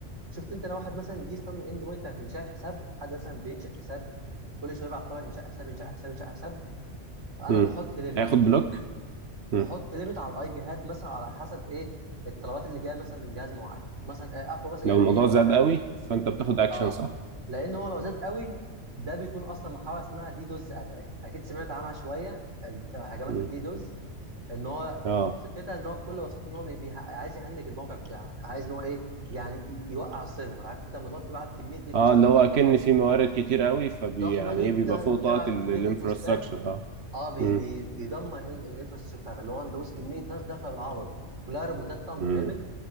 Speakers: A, on the right; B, on the right.
A: شفت انت لو واحد مثلا جه يستخدم اند بوينت بتاعت انشاء الحساب حد مثلا بينشا حساب كل شويه بيبعت طلب انشاء حساب انشاء حساب انشاء حساب فانا
B: مم.
A: بحط ليميت
B: هياخد بلوك مم.
A: بحط ليميت على الاي بي هات مثلا على حسب ايه الطلبات اللي جايه مثلا من جهاز معين مثلا آه، اخره مثلا
B: لو
A: يعمل
B: الموضوع
A: ايه 10
B: زاد
A: ريكوستات
B: قوي فانت بتاخد اكشن
A: اه
B: صح؟
A: لان هو لو زاد قوي ده بيكون اصلا محاوله اسمها دي دوز اتاك اكيد سمعت عنها شويه ال- هجمات
B: مم.
A: الدي دوز ان هو
B: اه
A: فكرتها ان هو بكل بساطه ان هو بي- بي- عايز يهنج الموقع بتاعك عايز ان هو ايه يعني ي- يوقع السيرفر عارف انت لما تقعد تبعت كميه ريكوستات
B: اه اللي
A: ضخمه
B: هو اكن في موارد كتير قوي فبي
A: ضخمه
B: يعني
A: جدا
B: ايه بيبقى فوق
A: بتبعت
B: طاقة الانفراستراكشر
A: كميه ريكوستات
B: اه
A: اه بي
B: مم.
A: بي بيدمر ال- الانفراستراكشر بتاعتك اللي هو انت بص كميه ناس داخله بالعبط كلها روبوتات طبعا
B: مم.
A: بتتعمل